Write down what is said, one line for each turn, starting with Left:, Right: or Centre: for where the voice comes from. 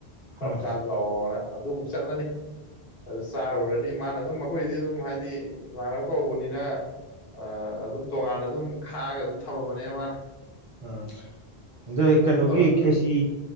Left: ꯆꯥꯛ
Right: ꯎꯝ
Left: ꯆꯥꯖꯦ ꯂꯥꯛꯑꯣꯅ ꯑꯗꯨꯃꯨꯛ ꯆꯠꯂꯅꯤ ꯑꯗꯨ ꯆꯥꯔꯨꯔꯅꯤ ꯃꯥꯅ ꯑꯗꯨꯝ ꯃꯈꯣꯏꯗꯤ ꯑꯗꯨꯝ ꯍꯥꯏꯗꯤ ꯏꯃꯥꯟꯅꯕ ꯀꯧꯕꯅꯤꯅ ꯑ ꯑꯗꯨꯝ ꯇꯣꯉꯥꯟꯅ ꯑꯗꯨꯝ ꯈꯥꯛꯑꯒ ꯑꯗꯨꯝ ꯊꯝꯃꯕꯅꯦ ꯃꯥꯅ
Right: ꯎꯝ ꯑꯗꯣ
Left: ꯑꯗꯨ
Right: ꯀꯩꯅꯣꯒꯤ
Left: ꯇꯧꯔꯒ
Right: ꯈꯔ꯭ꯦꯆꯤ